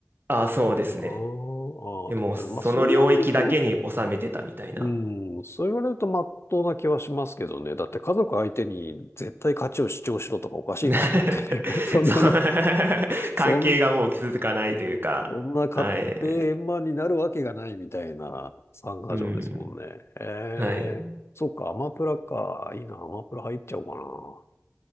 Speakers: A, on the right (about 40°); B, on the left (about 50°).
A: ああ、そうですね。
B: あーあー、
A: でも、
B: 確かに。
A: その領域だけに収めてたみたいな。
B: まあそう言われると、うん、そう言われるとまっとうな気はしますけどね。だって家族相手に絶対価値を主張しろとかおかしいですもんね。
A: <laughs>
B: <laughs> そんなの、
A: そう <laughs>
B: そん
A: 関係がもう続かないというか、
B: そんな買って円満になるわけがないみたいな参加条ですもんね。
A: はい。うん。
B: ええそっか、
A: はい。
B: アマプラか。いいな、アマプラ入っちゃおうか